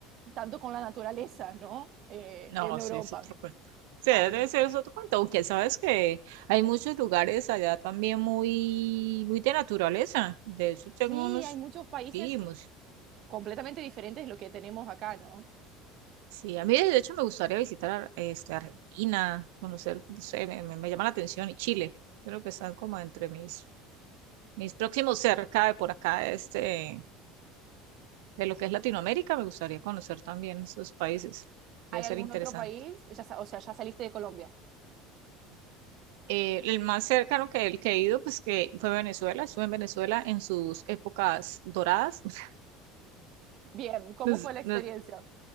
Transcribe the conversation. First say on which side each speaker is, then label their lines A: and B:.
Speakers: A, on the right (about 40°); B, on the right (about 85°).
A: tanto con la naturaleza, ¿no? Eh,
B: No,
A: en Europa.
B: sí, es otro cuento. Sí,
A: Hay-
B: debe ser es otro cuento, aunque sabes que hay muchos lugares allá también muy, muy de naturaleza. De hecho,
A: sí,
B: tengo unos,
A: hay muchos países
B: sí, mus-
A: completamente diferentes de lo que tenemos acá, ¿no?
B: sí, a mí de hecho me gustaría visitar este, Argentina, conocer, no sé, me, me- me llama la atención, y Chile, creo que están como entre mis, mis próximos cerca de por acá, este, de lo que es Latinoamérica, me gustaría conocer también esos países.
A: ¿Hay
B: Debe ser
A: algún
B: interesante.
A: otro país? Ya, sa- o sea, ya saliste de Colombia.
B: Eh, el más cercano que, el que he ido, pues que fue Venezuela. Estuve en Venezuela en sus épocas doradas. <laughs>
A: Bien, ¿cómo
B: Nos-
A: fue la experiencia?
B: nos-